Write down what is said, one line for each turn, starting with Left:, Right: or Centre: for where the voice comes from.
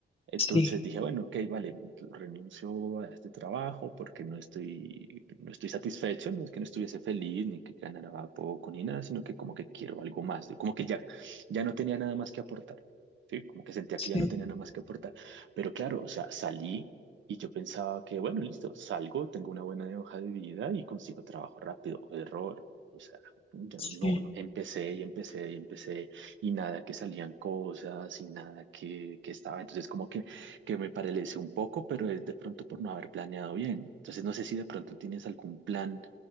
Right: Entonces
Left: Sí,
Right: dije, bueno, ok, vale, renuncio a este trabajo porque no estoy, no estoy satisfecho, no es que no estuviese feliz ni que ganara poco ni nada, sino que como que quiero algo más, de- como que ya, ya no tenía nada más que aportar, ¿sí? Como que sentía
Left: sí.
Right: que ya no tenía nada más que aportar. Pero claro, o sea, salí y yo pensaba que, bueno, listo, salgo, tengo una buena hoja de vida y consigo trabajo rápido. Error. O sea, ya
Left: Sí.
Right: no, no, empecé y empecé y empecé y nada que salían cosas y nada que, que estaba. Entonces como que, que me paralice un poco, pero es de pronto por no haber planeado bien. Entonces no sé si de pronto tienes algún plan